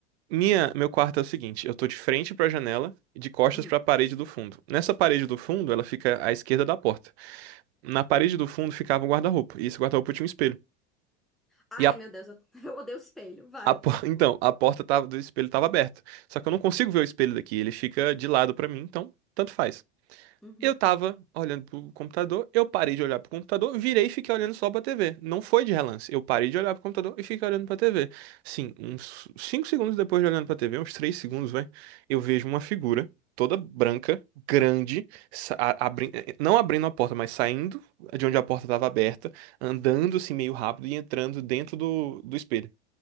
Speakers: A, on the right (about 65°); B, in the centre.
A: Minha, meu quarto é o seguinte, eu tô de frente pra janela e de costas
B: Hum.
A: pra parede do fundo. Nessa parede do fundo, ela fica à esquerda da porta. Na parede do fundo ficava um guarda-roupa, e esse guarda-roupa tinha um espelho.
B: Ai,
A: E a,
B: meu Deus, eu, <laughs> eu odeio espelho, vai.
A: a por- <laughs> então, a porta tava- do espelho tava aberta. Só que eu não consigo ver o espelho daqui, ele fica de lado pra mim, então tanto faz.
B: Uhum.
A: Eu tava olhando pro computador, eu parei de olhar pro computador, virei e fiquei olhando só pra TV. Não foi de relance. Eu parei de olhar pro computador e fiquei olhando pra TV. Sim, uns 5 segundos depois de olhando pra TV, uns 3 segundos, vai, eu vejo uma figura toda branca, grande, sa- a- abri- eh, não abrindo a porta, mas saindo de onde a porta tava aberta, andando assim meio rápido e entrando dentro do, do espelho.